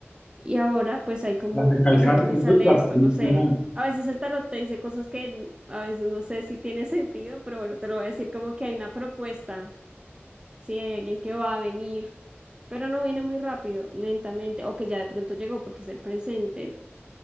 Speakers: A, on the right; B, on the left.
A: Y ahora pues hay como,
B: la recalcar.
A: o sea, aquí me
B: Entonces
A: sale
B: la
A: esto,
B: primera
A: no sé, a veces el tarot te dice cosas que n- a veces no sé si tiene <laughs> sentido, pero bueno, te lo voy a decir como que hay una propuesta, sí, hay alguien que va a venir, pero no viene muy rápido, lentamente, o que ya de pronto llegó porque es el presente,